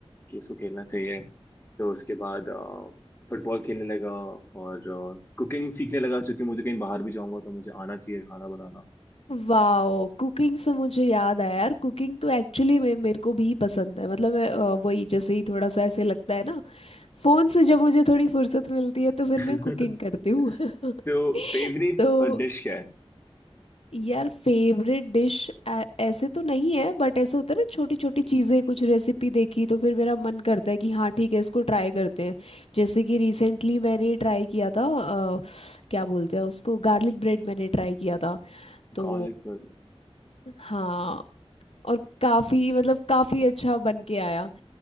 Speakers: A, on the left (about 20°); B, on the left (about 65°).
A: कि उसको खेलना चाहिए तो उसके बाद अ, फुटबॉल खेलने लगा और अ, कुकिंग सीखने लगा चूंकि मुझे कहीं बाहर भी जाऊंगा तो मुझे आना चाहिए खाना बनाना
B: वाओ कुकिंग से मुझे याद आया यार कुकिंग तो एक्चुअली मे, मेरे को भी पसंद है मतलब मैं, अ, वही जैसे ही थोड़ा सा ऐसे लगता है ना फोन से जब मुझे थोड़ी फुर्सत मिलती है तो फिर
A: <laughs>
B: मैं कुकिंग करती हूँ <laughs>
A: तो फेवरेट
B: तो
A: डिश क्या है
B: यार फेवरेट डिश ऐसे तो नहीं है बट ऐसे होता है ना छोटी छोटी चीज़ें कुछ रेसिपी देखी तो फिर मेरा मन करता है कि हाँ ठीक है इसको ट्राई करते हैं जैसे कि रिसेंटली मैंने ट्राई किया था अ, क्या बोलते हैं उसको गार्लिक ब्रेड मैंने ट्राई किया था तो
A: Garlic burger
B: हाँ और काफी मतलब काफी अच्छा बन के आया